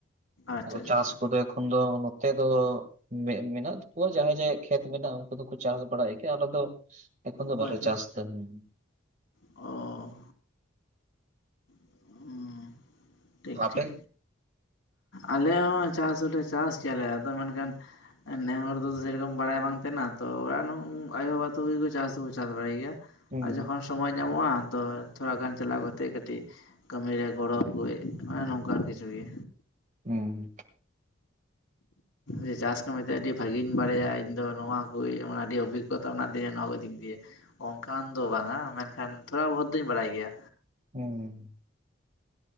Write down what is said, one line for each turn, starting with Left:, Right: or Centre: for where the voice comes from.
Left: ᱟᱪᱪᱷᱟ ᱟᱪᱪᱷᱟ
Right: ᱪᱟᱥ
Left: ᱟᱪᱪᱷᱟ
Right: ᱟᱫᱚ ᱮᱠᱷᱚᱱ ᱫᱚ ᱱᱚᱛᱮ ᱫᱚ ᱢᱮᱫ ᱢᱮᱱᱟᱜ ᱛᱟᱠᱚᱣᱟ ᱡᱟᱦᱟᱸᱭ ᱡᱟᱦᱟᱸᱭᱟᱜ ᱠᱷᱮᱛ ᱢᱮᱱᱟᱜ ᱩᱱᱠᱩ ᱫᱚᱠᱚ ᱪᱟᱥ ᱵᱟᱲᱟᱭ ᱜᱮᱭᱟ ᱟᱞᱮ ᱫᱚ ᱮᱠᱷᱚᱱ ᱫᱚ
Left: ᱦᱳᱭ
Right: ᱵᱟᱞᱮ
Left: ᱦᱳᱭ
Right: ᱪᱟᱥ ᱛᱟᱦᱮᱱ
Left: ᱚ <unintelligible> ᱴᱷᱤᱠ
Right: ᱟᱯᱮ?
Left: ᱴᱷᱤᱠ ᱟᱞᱮ ᱦᱚᱸ ᱪᱟᱥ ᱦᱚᱸᱞᱮ ᱪᱟᱥ ᱪᱮᱫ ᱨᱮ ᱟᱫᱚ ᱢᱮᱱᱠᱷᱟᱱ ᱱᱮ ᱦᱚᱲ ᱫᱚ ᱥᱮᱨᱚᱠᱚᱢ ᱵᱟᱲᱟᱭ ᱵᱟᱝ ᱛᱟᱦᱮᱱᱟ ᱛᱚ ᱚᱲᱟᱜ ᱨᱮ ᱟᱭᱚ ᱵᱟᱵᱟ ᱛᱚ ᱪᱟᱥ ᱫᱚ ᱪᱟᱥ ᱵᱟᱲᱟᱭ ᱜᱮᱭᱟ
Right: ᱦᱩᱸ
Left: ᱟᱨ ᱡᱚᱠᱷᱚᱱ ᱥᱚᱢᱚᱭ ᱧᱟᱢᱚᱜᱼᱟ ᱟᱫᱚ ᱛᱷᱚᱲᱟ ᱜᱟᱱ ᱪᱟᱞᱟᱣ ᱠᱟᱛᱮ ᱠᱟᱹᱴᱤᱡ ᱠᱟᱹᱢᱤ ᱨᱮ ᱜᱚᱲᱚ ᱠᱩᱡ ᱠᱟᱱᱟ ᱱᱚᱝᱠᱟᱱ ᱠᱤᱪᱷᱩ ᱜᱮ
Right: ᱦᱮᱸ
Left: ᱡᱮ ᱪᱟᱥ ᱠᱟᱹᱢᱤᱛᱮ ᱟᱹᱰᱤ ᱵᱷᱟᱜᱮᱧ ᱵᱟᱲᱟᱭᱟ ᱤᱧ ᱫᱚ ᱱᱚᱣᱟ ᱠᱚ ᱟᱹᱰᱤ ᱚᱵᱷᱤᱜᱚᱛᱟ ᱢᱮᱱᱟᱜ ᱛᱤᱧᱟᱹ ᱱᱚᱣᱟ ᱠᱚ ᱫᱤᱠ ᱫᱤᱭᱟ ᱚᱝᱠᱟᱱ ᱫᱚ ᱵᱟᱝᱼᱟ ᱢᱮᱱᱠᱷᱟᱱ ᱛᱷᱚᱲᱟ ᱵᱷᱳᱨ ᱫᱩᱧ ᱵᱟᱲᱟᱭ ᱜᱮᱭᱟ
Right: ᱦᱩᱸ